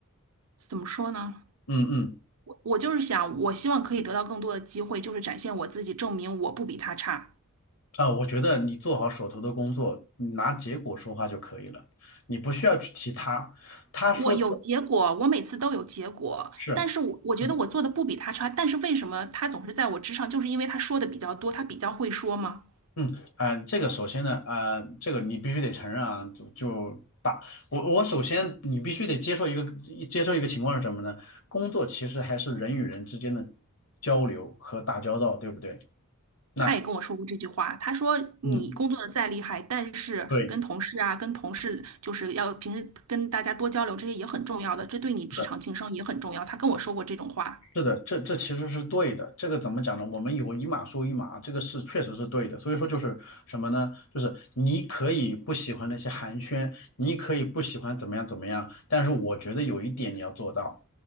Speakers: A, on the right (about 85°); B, on the left (about 75°).
A: 怎么说呢？
B: 嗯嗯嗯，
A: 我我就是想，我希望可以得到更多的机会，就是展现我自己，证明我不比他差。
B: 啊，我觉得你做好手头的工作，你拿结果说话就可以了，你不需要去提他，他说的
A: 我有结果，我每次都有结果，
B: 是，
A: 但是我我觉得我做的不比他差，
B: 嗯。
A: 但是为什么他总是在我之上？就是因为他说的比较多，他比较会说嘛。
B: 嗯，啊、这个首先呢，啊、这个你必须得承认啊，就就打我我首先你必须得接受一个接受一个情况是什么呢？工作其实还是人与人之间的交流和打交道，对不对？那
A: 他也跟我说过这句话，他说你工作的再厉害，
B: 嗯嗯，
A: 但是跟同事啊，
B: 对。
A: 跟同事就是要平时跟大家多交流，这些也很重要的，这对你职场晋升也很重要。
B: 是的。
A: 他跟我说过这种话，
B: 是的，这这其实是对的。这个怎么讲呢？我们有一码说一码，这个是确实是对的。所以说就是什么呢？就是你可以不喜欢那些寒暄，你可以不喜欢怎么样怎么样，但是我觉得有一点你要做到，